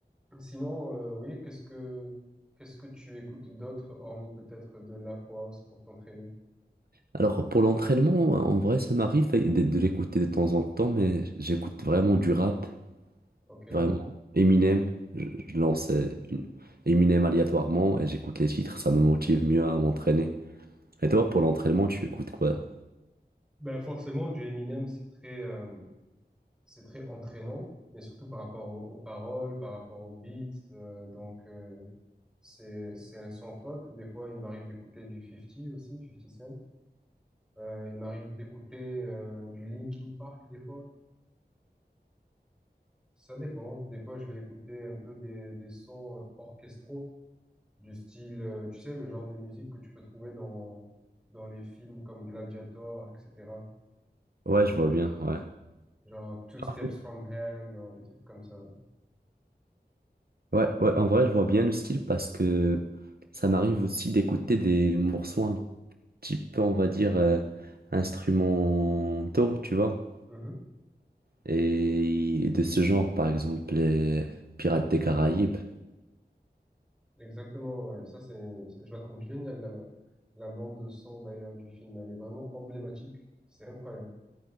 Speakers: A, in the centre; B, on the right.
A: sinon, euh, oui, qu'est-ce que qu'est-ce que tu écoutes d'autre, hormis peut-être de l'Afro House pour t'entraîner?
B: Alors pour l'entraînement, en vrai, ça m'arrive de, de l'écouter de temps en temps, mais j'écoute vraiment du rap,
A: Ok.
B: vraiment Eminem. Je, je lance euh, une- Eminem aléatoirement et j'écoute les titres, ça me motive mieux à m'entraîner. Et toi, pour l'entraînement, tu écoutes quoi?
A: Ben forcément, du Eminem, c'est très euh, c'est très entraînant, mais surtout par rapport au- aux, paroles, par rapport aux beats. euh, donc euh, c'est c'est un sans faute. Des fois, il m'arrive d'écouter du 50 aussi, 50 Cent. Euh, il m'arrive d'écouter euh, du Linkin Park des fois. Ça dépend. Des fois, je vais écouter un peu des des sons euh, orchestraux du style, euh, tu sais, le genre de musique que tu peux trouver dans, dans les films comme Gladiator, etc.
B: Ouais, je vois bien, ouais.
A: Genre Two Steps
B: Parfait.
A: from Hell, genre des trucs comme ça.
B: Ouais, ouais, en vrai, je vois bien le style parce que ça m'arrive aussi d'écouter des morceaux un type, on va dire, euh, instrumentaux, tu vois.
A: Mhm.
B: Et, et de ce genre, par exemple, les Pirates des Caraïbes.
A: Exactement, ouais. Ça, c'est, je la trouve géniale, la, la bande son d'ailleurs du film. Elle est vraiment emblématique. C'est incroyable.